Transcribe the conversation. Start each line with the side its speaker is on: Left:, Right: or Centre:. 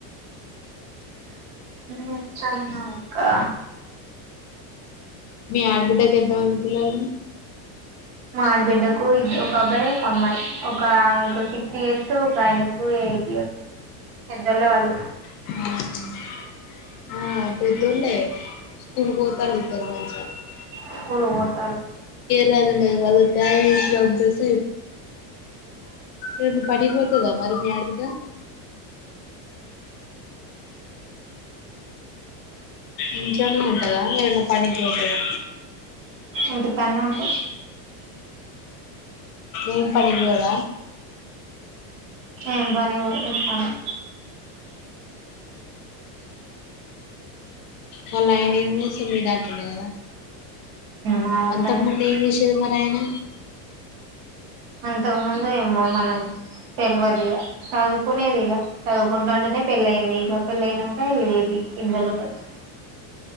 Right: <unintelligible> చన్నా ఇక
Left: మీ ఆడబిడ్డకి ఎంతమంది పిల్లలు
Right: మా ఆడబిడ్డకు ఒక అబ్బాయి ఒక అమ్మాయి ఒక ఆమెకు సిక్స్ ఇయర్స్ ఒక ఆయనకు ఎయిట్ ఇయర్స్ ఇద్దరే వాళ్ళు
Left: బ <unintelligible>
Right: స్కూల్కి పోతరూ
Left: లేదు లేదు వాళ్ళకి క్యారీలు కలిపేసి ఏమన్న పనికి పోతద మరి మీ ఆడ బిడ్డ ఇంట్లోనే ఉంటదా ఏదనా పనికి పోతదా
Right: ఇంటికాడనే ఉంటది
Left: ఏం పనికి పొద
Right: ఏ బనే పోతది పనికి
Left: వాళ్ళ ఆయన ఏమి చేస్తాడు
Right: మా దాంట్లోనే
Left: అంతక ముందు ఏం చేసరూ మరి వాళ్ళయన
Right: అంతకు ముందు ఏమో మనకు తెల్వ దికా చదువు కునేది ఇక చదువుకుంటా ఉంటేనే పెళ్ళి అయ్యింది ఇక పెళ్ళి అయినాక ఇదేది ఇందలోకి వచ్చి <inaudible>